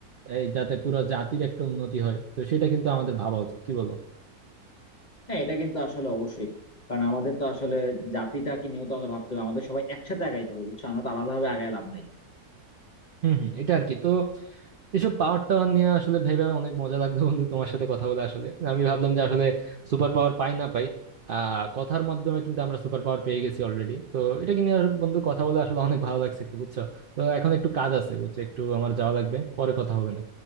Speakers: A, on the right; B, on the left.
A: এই যাতে পুরো জাতির একটা উন্নতি হয় তো সেটা কিন্তু আমাদের ভাবা উচিত কি বলো
B: হ্যাঁ এটা কিন্তু আসলে অবশ্যই কারণ আমাদের তো আসলে জাতিটাকে নিয়েও তো আমাদের ভাবতে হবে আমাদের সবাই একসাথে আগাইতে হবে বুঝছো আমরা তো আলাদাভাবে আগায় লাভ নাই
A: হম হম এটা আর কি তো এসব পাওয়ার টাওয়ার নিয়ে আসলে ভেবে অনেক মজা লাগলো বন্ধু তোমার সাথে কথা বলে আসলে আমি ভাবলাম যে আসলে সুপার পাওয়ার পাই না পাই আহ কথার মাধ্যমে কিন্তু আমরা সুপার পাওয়ার পেয়ে গেছি অলরেডি তো এটা নিয়ে আর বন্ধু কথা বলে আসলে অনেক ভালো লাগছে আর কি বুঝছো তো এখন একটু কাজ আছে বুঝছো একটু আমার যাওয়া লাগবে পরে কথা হবে না